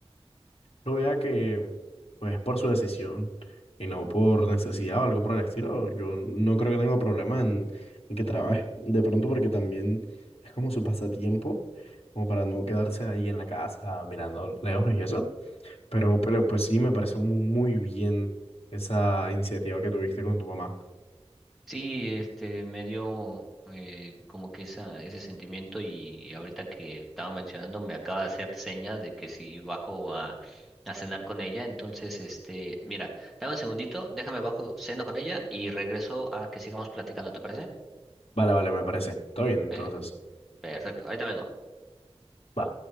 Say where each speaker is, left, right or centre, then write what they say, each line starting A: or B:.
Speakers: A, on the left; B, in the centre.
A: lo vea que, pues, por su decisión y no por necesidad o algo por el estilo, yo no creo que tenga problema en, en que trabaje. De pronto, porque también es como su pasatiempo, como para no quedarse ahí en la casa mirando lejos y eso. Pero, pero pues sí, me parece mu- muy bien esa iniciativa que tuviste con tu mamá.
B: Sí, este, me dio eh, como que esa, ese sentimiento y ahorita que estaba mencionando me acaba de hacer señas de que si bajo a, a cenar con ella, entonces, este, mira, dame un segundito, déjame bajo, ceno con ella y regreso a que sigamos platicando, ¿te parece?
A: Vale, vale, me parece. Todo bien, entonces.
B: Pe- Perfecto, ahorita vengo.
A: va